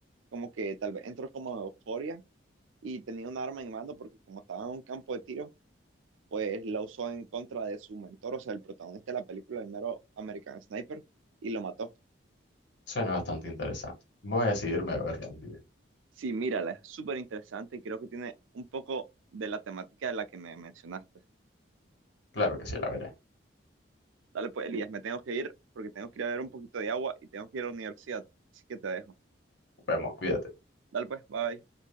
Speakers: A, on the right (about 80°); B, on the left (about 65°).
A: como que tal vez entró como de euforia y tenía un arma en mano porque como estaba en un campo de tiro, pues la usó en contra de su mentor, o sea, el protagonista de la película, el mero American Sniper, y lo mató.
B: Suena bastante interesante. Voy a decidirme a verla un día.
A: Sí, mírala, es súper interesante y creo que tiene un poco de la temática de la que me mencionaste.
B: Claro que sí, la veré.
A: Dale pues, Elías, me tengo que ir porque tengo que ir a ver un poquito de agua y tengo que ir a la universidad, así que te dejo.
B: Vemos, cuídate.
A: Dale pues, bye.